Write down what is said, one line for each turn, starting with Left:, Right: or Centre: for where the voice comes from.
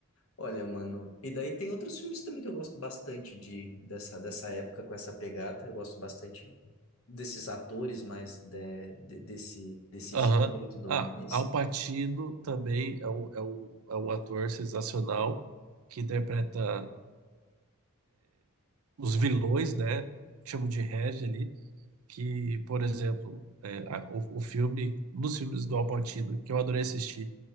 Left: olha, mano. E daí tem outros filmes também que eu gosto bastante de dessa, dessa época com essa pegada. Eu gosto bastante desses atores, mas de, de- desse, desse
Right: Aham.
Left: gênero e tudo
Right: Ah,
Left: mais.
Right: Al Pacino também é um, é um, é um ator sensacional que interpreta os vilões, né? Que chamam de Reg ali, que, por exemplo, é, a- o, o filme, nos filmes do Al Pacino, que eu adorei assistir,